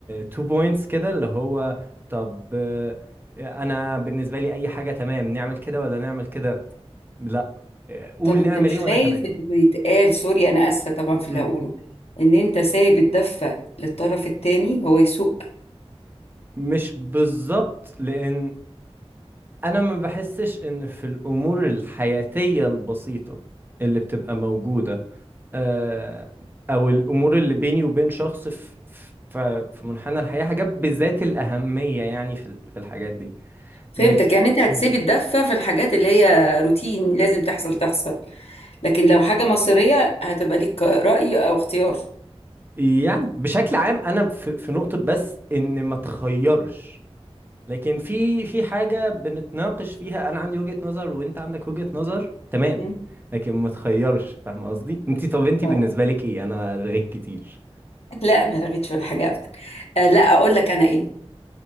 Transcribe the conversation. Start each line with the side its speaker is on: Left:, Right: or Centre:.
Right: تو بوينتس كده اللي هو طب آه، انا بالنسبة لي اي حاجة تمام نعمل كده ولا نعمل كده لا آه، قول
Left: طب انت
Right: نعمل
Left: مش
Right: ايه وانا
Left: خايف
Right: تمام
Left: انه يتقال سوري انا اسفة طبعا في اللي
Right: مم.
Left: هقوله ان انت سايب الدفة للطرف التاني هو يسوق
Right: مش بالظبط لان انا ما بحسش ان في الامور الحياتيه البسيطه اللي بتبقى موجوده آه، او الامور اللي بيني وبين شخص في في في منحنى الحياه حاجات بذات الاهميه يعني في ال- في الحاجات دي
Left: فهمتك
Right: لكن
Left: يعني انت هتسيب
Right: مم.
Left: الدفة في الحاجات اللي هي روتين لازم تحصل تحصل لكن لو حاجة مصيرية هتبقى ليك رأي او اختيار
Right: يعني بشكل عام انا في في نقطه بس ان ما تخيرش لكن في في حاجة بنتناقش فيها انا عندي وجهة نظر وانت عندك وجهة نظر تمام
Left: مم.
Right: لكن ما تخيرش فاهم قصدي انت طب انت
Left: اه
Right: بالنسبة لك ايه انا رغيت كتير
Left: لا ما رغيتش ولا حاجه ابدا آه لا اقول لك انا ايه